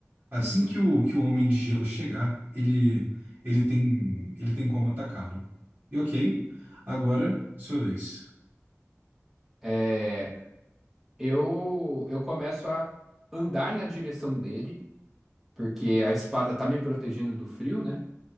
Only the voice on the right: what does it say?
Assim
que o, que o homem de gelo chegar, ele, ele tem, ele tem como atacá-lo. E ok, agora, sua vez.